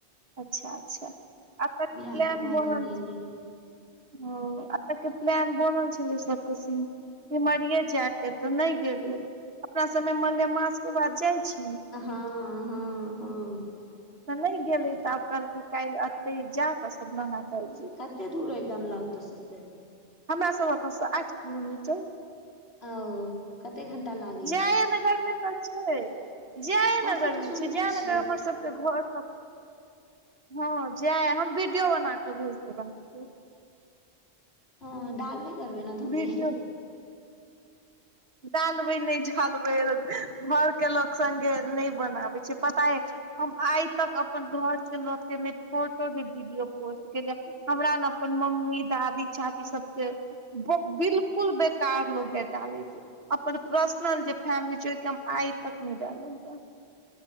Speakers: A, on the right; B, on the left.
A: अच्छा- अच्छा आब तऽ
B: बियाह
A: प्लान
B: के बाद
A: बनल
B: नै नहेलियै
A: छै। ओ एत के प्लान बनल छलै सबक स सिमरिये जाय के, तऽ ने गेले अपना सबमे मलेमास के बाद जाइ छै।
B: हँ- हँ- हँ।
A: तऽ नै गेलै तऽ आब कहलक काल्हि एते जा कऽ नाहा के आयब जेबै।
B: कते दूर अय कमला ओतऽ सं
A: हमरा सब ओतऽसँ आठ किलोमीटर।
B: ओ क कते घणटा लागै
A: जय नगर में तऽ छै। जयनगर
B: हँ से तऽ
A: में
B: सुनने
A: छै जयनगर
B: छियै
A: हमर सबके घर स हँ जाय हम वीडियो बना के भेज देब अहाँके।
B: हँ डालबे करबे ने तऽ हम
A: वीडियो
B: देख
A: डालबै नै डालबै घर के लोक सङ्गे नहि बनाबै छै पता यऽ हम आइ तक अपन घर के लोक के ने फोटो ने वीडियो पोस्ट केेलयऽ। हमरा ने अपन मम्मी दादी चाची सबके बिलकुल बेकार लगे डालैत। अपन पर्सनल जे फैमिली छै, ओहि आइ तक नहि डाललये।